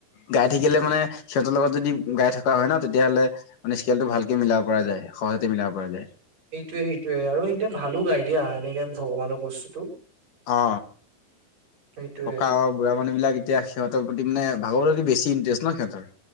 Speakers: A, on the left; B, on the right.
A: গাই থাকিলে মানে সিহঁতৰ লগত যদি গাই থকা হয় ন, তেতিয়াহ'লে মানে স্কেলটো ভালকে মিলাব পৰা যায়। সহজতে মিলাব পৰা যায়।
B: সেইটোৱে সেইটোৱে। আৰু সিহঁতে ভালো গাই দিয়া এনেকে ভগৱানৰ বস্তুটো।
A: অ
B: সেইটোয়ে
A: ককা আৰু বুঢ়া মানুহ বিলাক, এতিয়া সিহঁতৰ প্ৰতি মানে ভাগৱতৰ প্ৰতি বেছি ইণ্টাৰেষ্ট ন সিহঁতৰ,